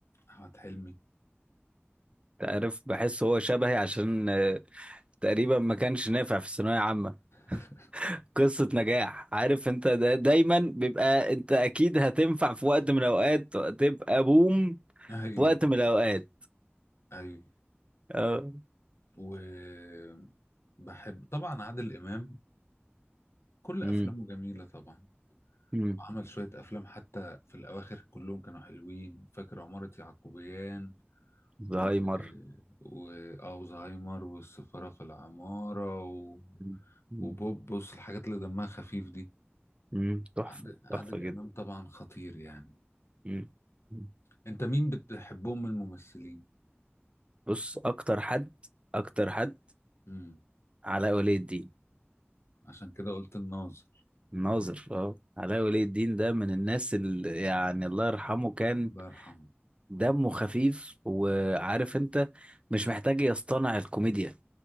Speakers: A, on the left; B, on the right.
A: احمد حلمي
B: تعرف بحس هو شبهي عشان آه، تقريبا ما كانش نافع في الثانوية عامة
A: <laughs>
B: قصة نجاح عارف انت دا دايما بيبقى انت اكيد هتنفع في وقت من الاوقات تبقى بوم
A: ايوه
B: في وقت من الاوقات
A: ايوه
B: اه
A: وبحب طبعا عادل امام كل
B: امم
A: افلامه جميله طبعا
B: امم
A: عمل شويه افلام حتى في الاواخر كلهم كانوا حلوين فاكر عماره يعقوبيان
B: زهايمر
A: و... واوزهايمر والسفاره في العماره و...
B: مم. مم.
A: وبوبوس الحاجات اللي دمها خفيف دي
B: مم. تحفة
A: عادل... عادل
B: تحفة جدا
A: امام طبعا خطير يعني
B: مم. مم.
A: انت مين بتحبهم من الممثلين
B: بص اكتر حد اكتر حد
A: امم
B: علاء ولي الدين
A: عشان كده قلت الناظر
B: ناظر اه علاء ولي الدين ده من الناس اللي يعني الله يرحمه كان
A: الله يرحمه
B: دمه خفيف وعارف انت مش محتاج يصطنع الكوميديا